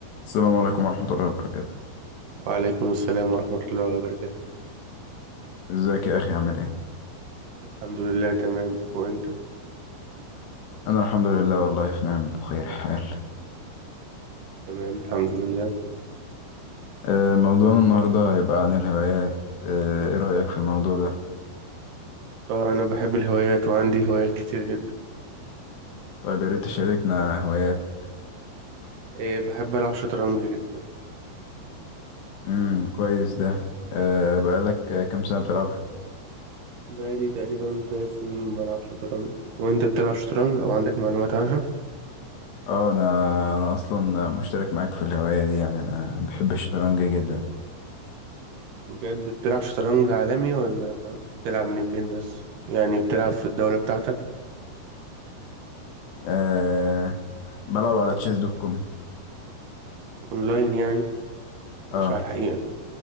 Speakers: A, on the left; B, on the right.
A: السلام عليكم ورحمة الله وبركاته
B: وعليكم السلام ورحمة الله وبركاته
A: ازيك يا أخي عامل ايه؟
B: الحمد لله تمام وأنت
A: أنا الحمد لله والله في نعم بخير حال
B: تمام الحمد لله
A: آه، موضوعنا النهاردة هيبقى عن الهوايات آه، ايه رأيك في الموضوع ده؟
B: اه أنا بحب الهوايات وعندي هوايات كتير جدا
A: طيب يا ريت تشاركنا هواياتك
B: إيه بحب ألعب شطرنج جدا
A: امم كويس ده آه، بقالك كام سنة بتلعبها؟
B: بقالي تقريبا ثلاث سنين بلعب شطرنج وأنت بتلعب شطرنج أو عندك معلومات عنها
A: اه أنا أنا أصلا مشترك معاك في الهواية دي يعني أنا بحب الشطرنج جدا
B: بجد بتلعب شطرنج عالمي ولا بتلعب من البيت بس يعني بتلعب في الدولة بتاعتك
A: أه بلعب على تشيس دوت كوم
B: أونلاين يعني
A: اه
B: مش على الحقيقة